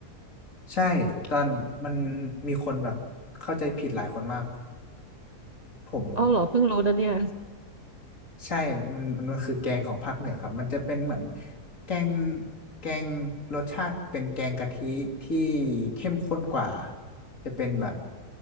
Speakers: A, on the left; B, on the right.
A: ใช่ตอนมันมีคนแบบเข้าใจผิดหลายคนมากผม
B: เอาเหรอเพิ่งรู้นะเนี่ย
A: ใช่มันมันมันคือแกงของภาคเหนือครับมันจะเป็นเหมือนแกงแกงรสชาติเป็นแกงกะทิที่เข้มข้นกว่าจะเป็นแบบ